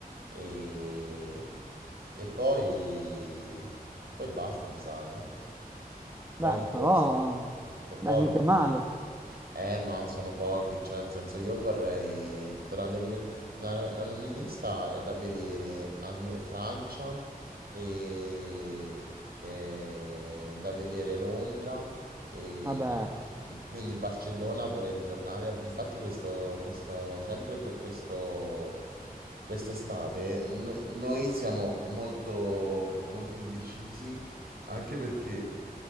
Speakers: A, on the right; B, on the right.
A: e, e poi, poi basta, mi sa, eh.
B: Beh,
A: Pochi posti,
B: però, eh,
A: sono
B: beh,
A: pochi
B: mica
A: però.
B: male.
A: Eh, ma sono pochi, cioè nel senso io vorrei tra le mie la, la mia lista è da vedere alme- Francia e, e da vedere Londra e
B: Vabbè.
A: da- quindi Barcellona vorrei ritornare. Infatti questo, questo sempre per questo quest'estate no- noi siamo molto molto indecisi anche perché